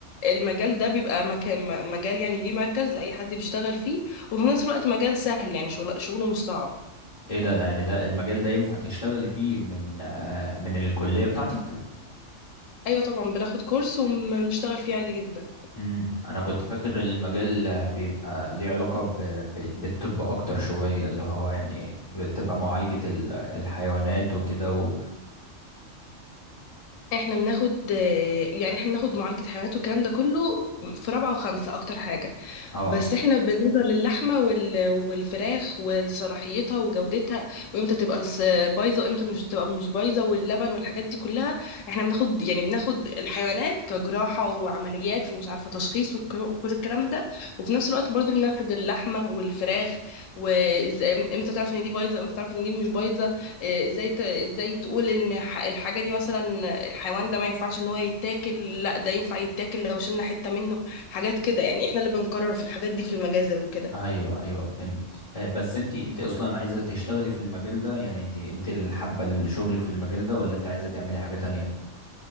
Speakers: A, on the left; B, on the left.
A: المجال ده بيبقى مكان مجال يعني ليه مركز لأي حد بيشتغل فيه وفي نفس الوقت مجال سهل يعني شغل شغله مش صعب
B: ايه ده, ده يعني ده المجال ده ينفع تشتغلي فيه من آه، من الكلية بتاعتك
A: ايوه طبعا بناخد كورس ونشتغل فيه عادي جدا
B: امم انا كنت فاكر المجال آه، بيبقى ليه علاقة ب... ب... بالطب اكتر شوية اللي هو يعني بتبقى معالجة ال- الحيوانات وكده و...
A: احنا بناخد آه، يعني احنا بناخد معالجة حيوانات والكلام ده كله في رابعة وخمسة اكتر حاجة
B: اه
A: بس احنا بالنسبة للحمة وال... والفراخ وصلاحيتها وجودتها وامتى تبقى س- بايظة وامتى مش تبقى مش بايظة واللبن والحاجات دي كلها احنا بناخد يعني بناخد الحيوانات كجراحة وعمليات ومش عارفة تشخيص وك- وكل الكلام ده وفي نفس الوقت برضو بناخد اللحمة والفراخ وامتى تعرف ان دي بايظة وامتى تعرف ان دي مش بايظة اه، ازاي ت... ازاي تقول ان ح- الحاجة دي مثلا الحيوان ده ما ينفعش ان هو يتاكل لا ده ينفع يتاكل لو شلنا حتة منه حاجات كده يعني احنا اللي بنقرر في الحاجات دي في المجازر وكده
B: ايوه ايوه فهمت آه، بس انت انت اصلا عايزه تشتغلي في المجال ده يعني انت انت اللي حابه شغلك في المجال ده ولا انت عايزه تعملي حاجه تانية